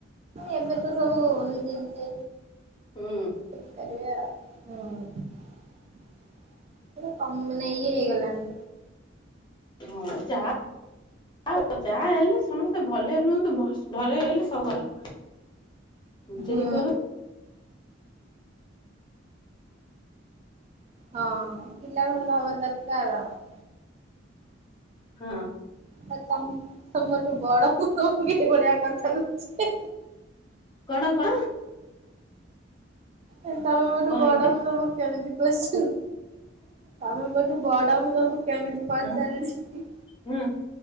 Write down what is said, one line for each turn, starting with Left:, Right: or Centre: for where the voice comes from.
Right: ଏବେ ତ ସବୁ ନିଜେ ନିିଯେ
Left: ହୁଁ
Right: ବେକାରିଆ ଆଉ। ହଁ ମାନେ କମ୍ ମାନେ ଇଏ ହେଇଗଲାଣି।
Left: ହଁ ଯାହା ଆଉ ଯା ହେଲେ ସମେସ୍ତେ ଭଲେ ରୁଅନ୍ତୁ, ମ ସ୍ ଭଲେରେ ରହିଲେ ସବୁ ଭଲ। ନିଜେ
Right: ହୁଁ।
Left: ଠିକ୍ କର।
Right: ହଁ, ପିଲା ଭଲ ହବା ଦରକାର ଆଉ।
Left: ହଁ।
Right: ଆଉ ତମ୍ ତମଠୁ ବଡ ପୁଅ କୋଉ କି ଭଳିଆ କଥା କହୁଚି ହେ
Left: କଣ କ?
Right: ଏ ତମେ ମୋ ଠୁ
Left: କଣ
Right: ବଡ,
Left: ହେଇଛି
Right: ମୁଁ ତମକୁ କେମିତି କୋଶ୍ଚିନ୍ ତମେ ମୋ ଠୁ ବଡ, ମୁଁ ତମୁକୁ କେମିତି ପଚାରୁଛି
Left: ହଁ
Right: ଇ
Left: ହୁଁ,